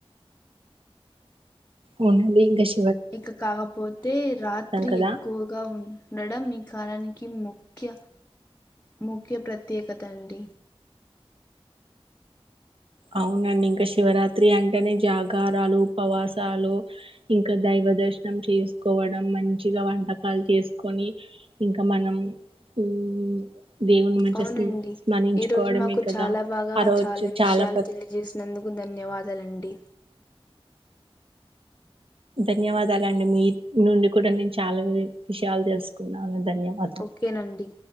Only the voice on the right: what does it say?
ఉనాది గష
కదా
అవునండి ఇంకా శివరాత్రి అంటేనే జాగారాలు ఉపవాసాలు ఇంకా దై ప్ర దర్శనం చేసుకోవడం మంచిగా వంటకాలు చేసుకొని ఇంకా మనం ఉ దేవుని మధ్య
స్మరించుకోవడమే
కదా
ఆ రోజు చాలా
ప్ర
ధన్యవాదాలండి మీ నుండి కూడా నేను చాలా విషయాలు తెలుసుకున్నాను ధన్యవాదాలు